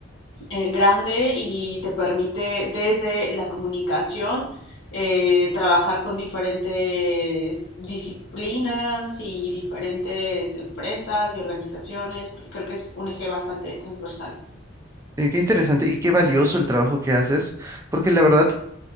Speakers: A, on the left (about 70°); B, on the right (about 15°).
A: eh, grande y te permite desde la comunicación eh, trabajar con diferentes disciplinas y diferentes empresas y organizaciones, porque creo que es un eje bastante transversal.
B: Eh, qué interesante y qué valioso el trabajo que haces, porque la verdad